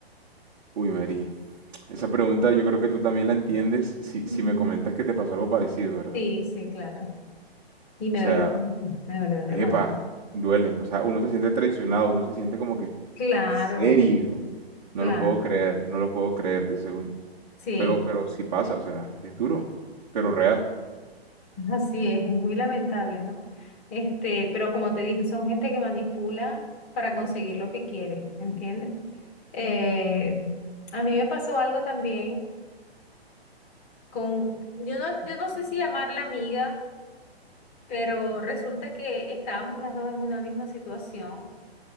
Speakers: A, on the right; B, on the left.
A: Uy, Mary, esa pregunta yo creo que tú también la entiendes si,
B: Ujú.
A: si me comentas que te pasó algo parecido, ¿verdad?
B: Sí, sí, claro. Y me
A: O sea,
B: dolió mucho, me dolió de
A: epa,
B: más.
A: duele. O sea, uno se siente traicionado, uno se siente como que,
B: Claro,
A: en serio,
B: claro.
A: no lo puedo creer, no lo puedo creer, dice uno.
B: Sí,
A: Pero, pero sí pasa, o sea, es duro, pero real.
B: así es, es muy lamentable, ¿no? Este, pero como te dije, son gente que manipula para conseguir lo que quiere, ¿entiendes? Eh, a mí me pasó algo también con, yo no, yo no sé si llamarla amiga. pero resulta que estábamos las dos en una misma situación